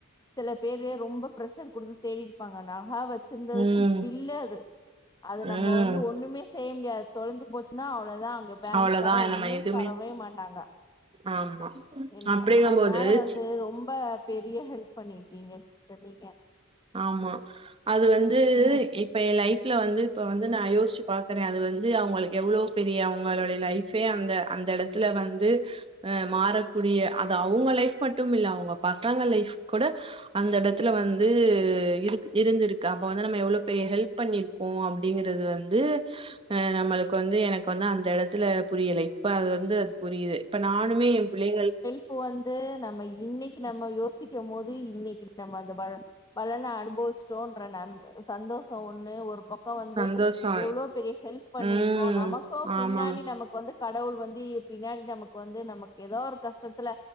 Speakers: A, on the left; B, on the right.
A: சில பேரு ரொம்ப ப்ரஷர் குடுத்து தேடிருப்பாங்க நக வ சிருந்ததுக்கு
B: ம்
A: பில்லே அது அது
B: ம்
A: நம்ம வந்து ஒண்ணுமே செய்ய முடியாது தொலஞ்சு போச்சுன்னா அவ்ளொதா அங்க பேங்க்கார
B: அவ்ளோதா நம்ம
A: ஒன்னு
B: எதுவுமே
A: தரவே மாட்டாங்க
B: ஆமா
A: என்ன
B: அப்டிங்கும்போது
A: அதனால வந்து
B: சி
A: ரொம்ப பெரிய ஹெல்ப் பண்ணிருக்கீங்க சிஸ்டர் நீங்க
B: ஆமா அது வந்து
A: ம்
B: எ ப்ப ஏ லைஃப்ல வந்து இப்ப வந்து நா யோஷ்ச்சு பாக்குற அது வந்து அவுங்களுக்கு எவ்ளோ பெரிய அவுங்களுடைய லைஃப் பயே அந்த அந்த எடத்துல வந்து ஆ மாறக்கூடிய அது அவுங்க லைஃப் மட்டும் இல்ல அவுங்க பசங்க லைஃப் கூட அந்தெடத்துல வந்து து இருக் இருந்துருக்கு அப்ப வந்து நம்ம எவ்ளோ பெரிய ஹெல்ப் பண்ணிர்க்கோ அப்டிங்கிற து வந்து அ நம்மளுக்கு வந்து எனக்கு வந்து அந்த எடத்துல புரியல இப்ப அத வந்து புரியிது இப்ப நானுமே ஏப் பிள்ளைங்கள்
A: இப்போ வந்து நம்ம இன்னக்கி நம்ம யோசிக்கம் போது இன்னக்கி நம்ம அந்த பல பலன அனுபவிச்சிட்டோன்ற நம் சந்தோஷொ ஒன்னு ஒரு பக் கொ வந்து
B: சந்தோஷோ
A: எவ்ளோ பெரிய ஹெல்ப் பண்ணிருக்கோ
B: ம்
A: நமக்கு
B: ஆமாங்க
A: பின்னாடி நமக் வந்து கடவுள் வந்து பின்னாடி நமக்கு வந்து நமக்கு எதோ ஒரு கஷ்டத்துல